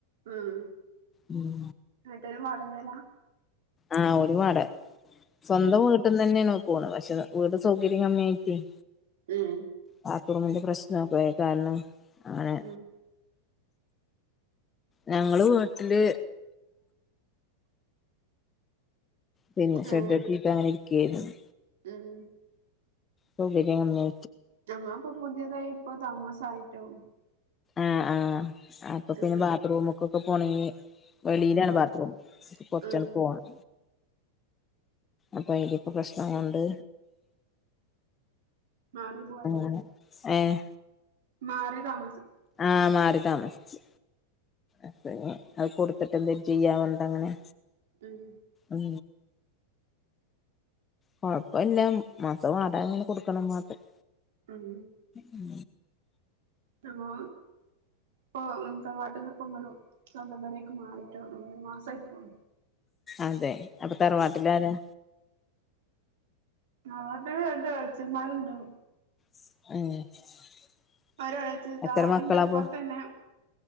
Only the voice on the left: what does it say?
ഉം
ആഹ് ഓരും വാട, സ്വന്തം
വീട്ടന്ന് ന്നെണ് പോണ് പശേ വീട് സൗകര്യം കമ്മ്യായിട്ടേയ്.
ബാത്റൂമിന്റെ പ്രശ്നക്കെയി അയ് കാരണം. അങ്ങനെ
ഞങ്ങള് വീട്ടില് പിന്നെ ഷെഡ്ഡ്
കെട്ടീട്ട് അങ്ങനെ ഇരിക്കുകയായിരുന്നു
സൗകര്യം വന്
ആഹ് ആഹ് അപ്പൊ പിന്നെ
ബാത്റൂമ്ക്കൊക്കെ പോണങ്ങി വെളിയിലാണ്
ബാത്റൂം കൊറച്ചങ്ങട്ട്
പോണം അപ്പൊ അയ്ലൊക്കെ പ്രശ്നങ്ങള്ണ്ട്
അങ്ങനെ ഏഹ്
ആഹ് മാറിതാമസിച്ച് അതന്നെ അത് കൊടുത്തിട്ട് എന്തേലും ചെയ്യാന് ണ്ട അങ്ങനെ
ഉം കൊഴപ്പല്ല മാസം വാടക അങ്ങനെ കൊടുക്കണംന്ന് മാത്രം
ഉം
അതെ അപ്പൊ തറവാട്ടിലാരാ
<unintelligible>
എത്ര
മക്കളാപ്പൊ